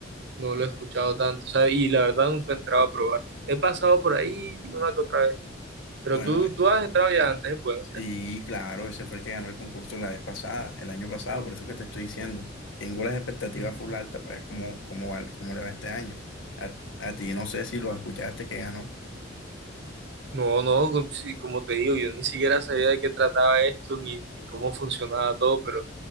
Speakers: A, on the right; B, on the left.
A: no lo he escuchado tanto, o sea, y la verdad nunca he entrado a probar. He pasado por ahí una que otra vez, pero
B: Bueno,
A: tú,
B: eh,
A: tú has entrado ya antes, ¿eh? bueno,
B: sí,
A: ¿qué?
B: claro, ese fue el que ganó el concurso la vez pasada, el año pasado, por eso que te estoy diciendo. Tengo las expectativas
A: Mm,
B: full altas para ver cómo, cómo va- cómo le va este año. A, a ti no sé si lo escuchaste que ganó.
A: No, no, como, sí, como te digo, yo ni siquiera sabía de qué trataba esto, ni, ni cómo funcionaba todo, pero